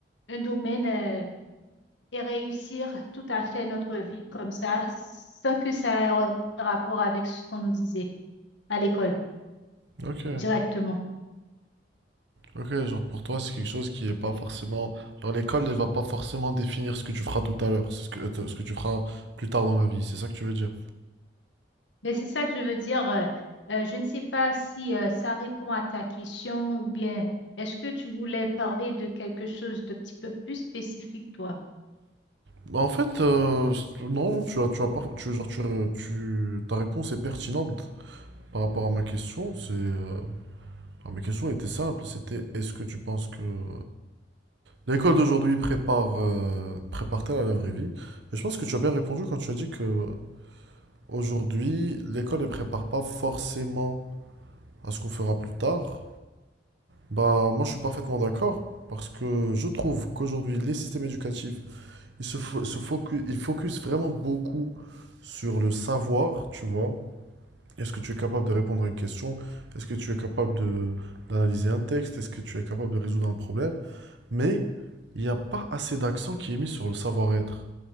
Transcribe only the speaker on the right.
Ok.
Ok, genre pour toi, c'est quelque chose qui est pas forcément. Genre l'école, elle va pas forcément définir ce que tu feras tout à l'heure, c'est ce que, euh, ce que tu feras plus tard dans la vie, c'est ça que tu veux dire?
Bah, en fait, euh, non, non, tu as, tu as pas, tu, genre, tu, tu- ta réponse est pertinente par rapport à ma question. C'est, euh, alors, mes questions étaient simples, c'était est-ce que tu penses que euh, l'école d'aujourd'hui prépare, euh, prépare-t-elle à la vraie vie? Et je pense que tu as bien répondu quand tu as dit que aujourd'hui, l'école ne prépare pas forcément à ce qu'on fera plus tard. Bah, moi, je suis parfaitement d'accord parce que je trouve qu'aujourd'hui, les systèmes éducatifs, ils se, fo- se focus, ils focus vraiment beaucoup sur le savoir, tu vois. Est-ce que tu es capable de répondre à une question? Est-ce que tu es capable de, d'analyser un texte? Est-ce que tu es capable de résoudre un problème? Mais il n'y a pas assez d'accent qui est mis sur le savoir-être.